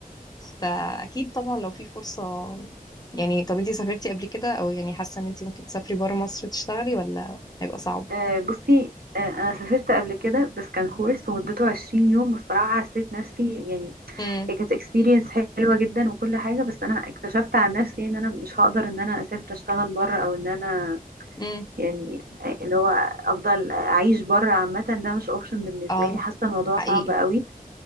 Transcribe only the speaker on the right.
آه، بصي آه، انا سافرت قبل كده بس كان كورس ومدته 20 يوم والصراحه حسيت نفسي يعني
هي كانت اكسبيرينس حلوه جدا وكل حاجه بس انا اكتشفت عن نفسي ان انا مش هقدر ان انا اسافر اشتغل بره او ان انا
يعني اللي هو افضل اعيش بره عامه ده مش اوبشن بالنسبه
لي حاسه الموضوع
صعب قوي